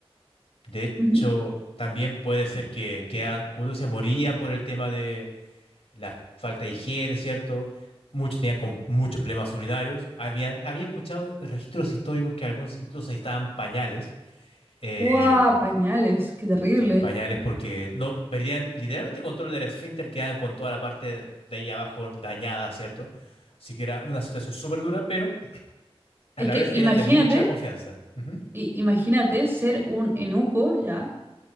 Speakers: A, on the left (about 75°); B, on the right (about 25°).
A: de
B: ujú.
A: hecho también puede ser que, quedan, como tú decías, morían por el tema la falta de higiene, ¿cierto? Muchos tenían con muchos problemas urinarios. Habían, había escuchado registros históricos que algunos incluso necesitaban pañales. Eh,
B: Guau, pañales, qué terrible.
A: sí, pañales
B: Eh,
A: porque no perdían literalmente control del esfínter, quedaban con toda la parte de ahí abajo dañada, ¿cierto? Así que era una situación súper dura, pero a
B: Es
A: la
B: que
A: vez
B: imagínate,
A: eran de mucha confianza. Ujú,
B: i- imagínate ser un enuco, ¿ya?